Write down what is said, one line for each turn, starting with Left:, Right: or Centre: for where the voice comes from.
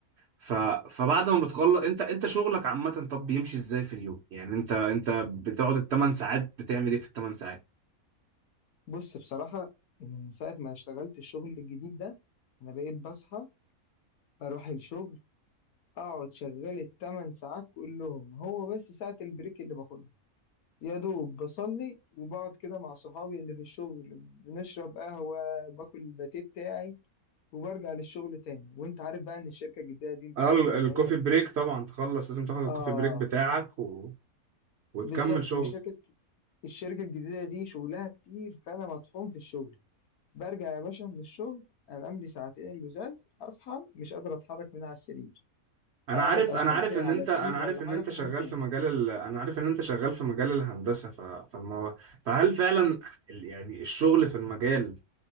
Right: ف... فبعد ما بتخلص انت انت شغلك عامة طب بيمشي ازاي في اليوم يعني انت انت بتقعد الثمان ساعات بتعمل ايه في الثمان ساعات؟
Left: بص بصراحة من ساعة ما اشتغلت الشغل الجديد ده انا بقيت بصحى اروح الشغل اقعد شغال التمن ساعات كلهم هو بس ساعة البريك اللي باخدها يا دوب بصلي وبقعد كده مع صحابي اللي في الشغل بنشرب قهوة باكل الباتيه بتاعي وبرجع للشغل تاني وانت عارف بقى ان الشركه الجديده دي انت
Right: اه
Left: عارف
Right: ال-
Left: ان
Right: الكوفي
Left: هي ايه
Right: بريك طبعا تخلص لازم تاخد الكوفي
Left: اه
Right: بريك بتاعك و... وتكمل
Left: بالظبط
Right: شغل
Left: والشركه الشركه الجديده دي شغلها كتير فانا مطحون في الشغل برجع يا باشا من الشغل انام لي ساعتين اللزاز اصحى مش قادر اتحرك من على السرير
Right: انا
Left: اقعد
Right: عارف
Left: اتفرج
Right: انا عارف
Left: لي
Right: ان
Left: على
Right: انت
Left: فيلم
Right: انا عارف
Left: ولا
Right: ان
Left: حاجه
Right: انت
Left: وانام
Right: شغال
Left: تاني
Right: في مجال ال... انا عارف ان انت شغال في مجال الهندسة ف... فما فهل فعلا ال- يعني الشغل في المجال